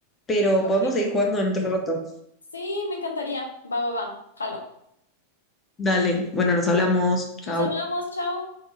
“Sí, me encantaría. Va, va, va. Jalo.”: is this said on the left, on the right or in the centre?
Left